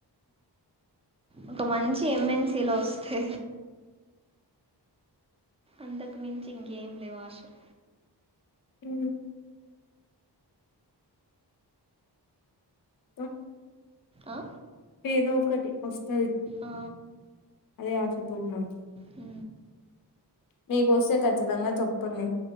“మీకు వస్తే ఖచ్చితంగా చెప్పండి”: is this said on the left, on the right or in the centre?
Left